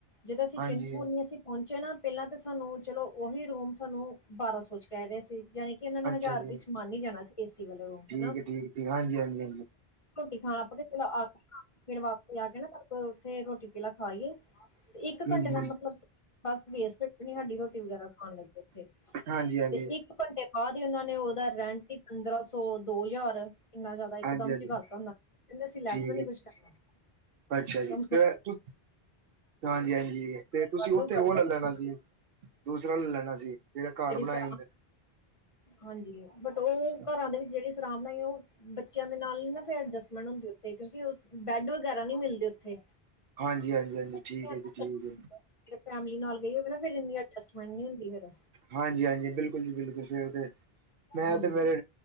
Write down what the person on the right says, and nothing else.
ਹਾਂਜੀ
ਅੱਛਾ
ਜੀ
ਠੀਕ
ਹੈ ਠੀਕ ਠੀਕ ਹਾਂਜੀ ਹਾਂਜੀ ਹਾਂਜੀ ਹਮ
ਹਮ
ਹਾਂਜੀ ਹਾਂਜੀ
ਹਾਂਜੀ
ਹਾਂਜੀ
ਠੀਕ
ਅੱਛਾ ਜੀ
ਤੇ ਤੁ ਹਾਂਜੀ ਹਾਂਜੀ
ਤੇ ਤੁਸੀਂ
ਉੱਥੇ ਉਹ
ਲੈ ਲੈਣਾ
ਸੀ ਦੂਸਰਾ ਲੈ ਲੈਣਾ ਸੀ ਜਿਹੜੇ ਘਰ
ਬਣਾਏ
ਹੁੰਦੇ
ਨੇ
ਹਾਂਜੀ ਹਾਂਜੀ ਹਾਂਜੀ
ਠੀਕ ਹੈ ਜੀ ਠੀਕ ਹੈ
ਹਾਂਜੀ ਹਾਂਜੀ ਬਿਲਕੁਲ ਜੀ ਬਿਲਕੁਲ ਫਿਰ ਤੇ ਮੈਂ
ਤੇ ਮੇਰੇ